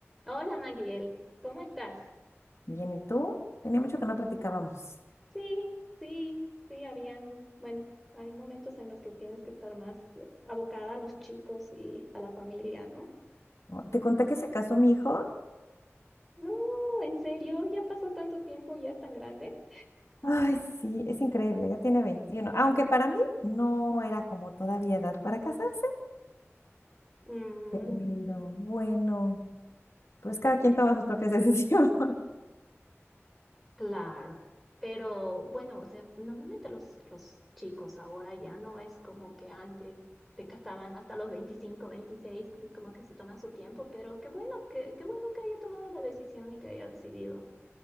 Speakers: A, in the centre; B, on the left.
A: Hola Magdiel, ¿cómo estás?
B: Bien, ¿y tú? Tenía mucho que no platicábamos.
A: Sí, sí, sí, habían, bueno, hay momentos en los que tienes que estar más eh, abocada a los chicos y a la familia, ¿no?
B: ¿no? Te conté que se casó mi hijo.
A: No, en serio, ya pasó tanto tiempo y ya es tan grande.
B: Ay, sí, es increíble, ya tiene 21, Aunque para mí no era como todavía edad para casarse,
A: Mm,
B: pero bueno, pues cada quien toma sus propias <laughs> decisiones.
A: claro, pero bueno, o sea, normalmente los, los chicos ahora ya no es como que antes te casaban hasta los 25, 26 y como que se toma su tiempo, pero qué bueno que, qué bueno que haya tomado la decisión y que haya decidido